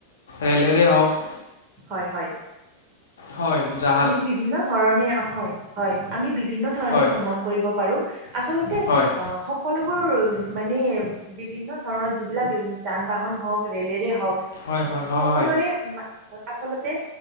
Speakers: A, on the right; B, on the left.
A: হয়
B: ৰেলেৰে হওঁক
A: হয় হয়।
B: হয়। যা
A: আমি বিভিন্ন ধৰণে হয় হয় আমি বিভিন্ন ধৰণে
B: হয়
A: ভ্ৰমণ কৰিব পাৰো। আচলতে আহ
B: হয়
A: সকলোবোৰ মানে বিভিন্ন ধৰণৰ যিবিলাক যান বাহন হওঁক ৰেলেৰে হওঁক
B: হয়
A: অ'
B: হয় হয়
A: সকলোৰে
B: হয়
A: আচলতে